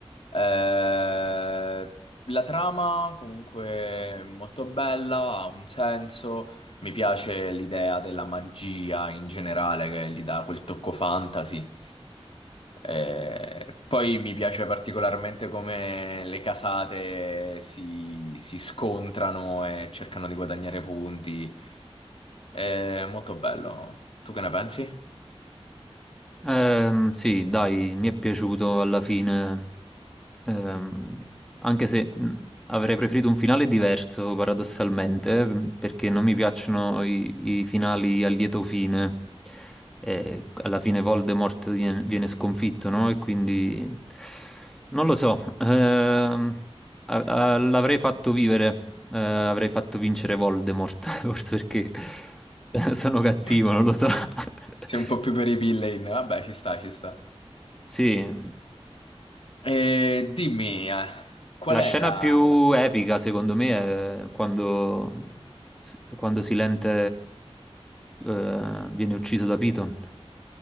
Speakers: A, on the left (about 60°); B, in the centre.
A: eh, la trama comunque è molto bella, ha un senso, mi piace l'idea della magia in generale che gli dà quel tocco fantasy. Eh, poi mi piace particolarmente come le casate si, si scontrano e cercano di guadagnare punti. È molto bello. Tu che ne pensi?
B: Ehm, sì, dai, mi è piaciuto alla fine, Ehm, anche se mh, avrei preferito un finale diverso, paradossalmente, mh, perché non mi piacciono i, i finali a lieto fine. Eh, alla fine Voldemort viene, viene sconfitto, no? E quindi non lo so, Ehm, a- a- l'avrei fatto vivere, eh, avrei fatto vincere Voldemort, <laughs> forse perché <laughs> sono cattivo,
A: <laughs>
B: non lo so. <laughs>
A: Sei un po' più per i villain. Vabbè, ci sta, ci sta.
B: Sì,
A: E dimmi, eh, qual
B: La
A: è
B: scena
A: la...
B: più
A: la-
B: epica, secondo me, è quando, quando Silente eh, viene ucciso da Piton.